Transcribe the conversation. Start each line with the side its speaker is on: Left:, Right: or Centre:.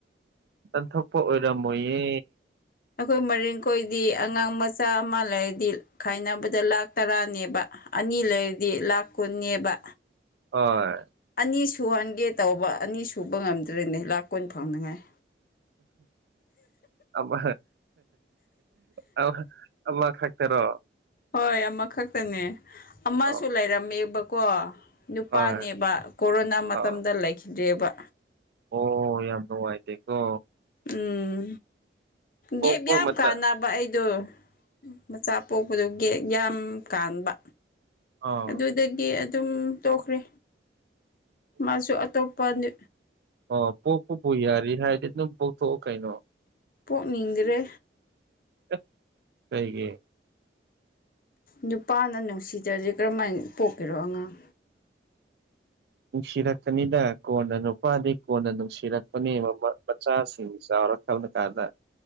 Right: ꯇꯥꯟꯊꯣꯛ ꯄ ꯑꯣꯏꯔꯝꯃꯣꯏꯌꯦ
Left: ꯑꯩꯈꯣꯏ ꯃꯔꯤꯡ ꯈꯣꯏꯗꯤ ꯑꯉꯥꯡ ꯃꯆꯥ ꯑꯃ ꯂꯩꯔꯗꯤ ꯈꯥꯏꯅꯕꯗ ꯂꯥꯛ ꯇꯔꯥꯅꯦꯕ ꯑꯅꯤ ꯂꯩꯔꯗꯤ ꯂꯥꯛ ꯀꯨꯟꯅꯦꯕ
Right: ꯍꯣꯏ
Left: ꯑꯅꯤ ꯁꯨꯍꯟꯒꯦ ꯇꯧꯕ ꯑꯅꯤ ꯁꯨꯕ ꯉꯝꯗ꯭ꯔꯦꯅꯦ ꯂꯥꯛ ꯀꯨꯟ ꯐꯪꯅꯉꯥꯏ
Right: ꯑꯃ ꯑꯃ ꯑꯃꯈꯛ ꯇꯔꯣ
Left: ꯍꯣꯏ ꯑꯃꯈꯛꯇꯅꯦ ꯑꯃꯁꯨ
Right: ꯑꯣ
Left: ꯂꯩꯔꯝꯃꯦꯕꯀꯣ ꯅꯨꯄꯥꯅꯦꯕ
Right: ꯍꯣꯏ
Left: ꯀꯣꯔꯣꯅꯥ ꯃꯇꯝꯗ
Right: ꯑꯥ
Left: ꯂꯩꯈꯤꯗ꯭ꯔꯦꯕ
Right: ꯑꯣ ꯌꯥꯝ ꯅꯨꯡꯉꯥꯏꯇꯦꯀꯣ
Left: ꯎꯝ
Right: ꯄꯣꯛꯄ
Left: ꯒꯦꯞ ꯌꯥꯝ
Right: ꯃꯇꯝ
Left: ꯀꯥꯟꯅꯕ ꯑꯩꯗꯣ ꯃꯆꯥ ꯄꯣꯛꯄꯗꯨ ꯌꯥꯝ ꯀꯥꯟꯕ
Right: ꯑꯥ
Left: ꯑꯗꯨꯗꯒꯤ ꯑꯗꯨꯝ ꯇꯣꯛꯈ꯭ꯔꯦ ꯃꯥꯁꯨ ꯑꯇꯣꯞꯄ ꯅꯨ
Right: ꯑꯣ ꯄꯣꯛꯄꯕꯨ ꯌꯥꯔꯤ ꯍꯥꯏꯗꯤ ꯑꯗꯨꯝ ꯄꯣꯛꯊꯣꯛꯎ ꯀꯩꯅꯣ
Left: ꯄꯣꯛꯅꯤꯡꯗ꯭ꯔꯦ
Right: ꯑꯦ ꯀꯩꯒꯤ
Left: ꯅꯨꯄꯥꯅ ꯅꯨꯡꯁꯤꯗ꯭ꯔꯗꯤ ꯀꯔꯝꯍꯥꯏꯅ ꯄꯣꯛꯀꯦꯔꯣ ꯑꯉꯥꯡ
Right: ꯅꯨꯡꯁꯤꯔꯛꯀꯅꯤꯗ ꯀꯣꯟꯅ ꯅꯨꯄꯥꯗꯤ ꯀꯣꯟꯅ ꯅꯨꯡꯁꯤꯔꯛꯄꯅꯤ ꯃꯄꯥ ꯃꯆꯥꯁꯤꯡ ꯆꯥꯎꯔ ꯅ ꯀꯔꯗ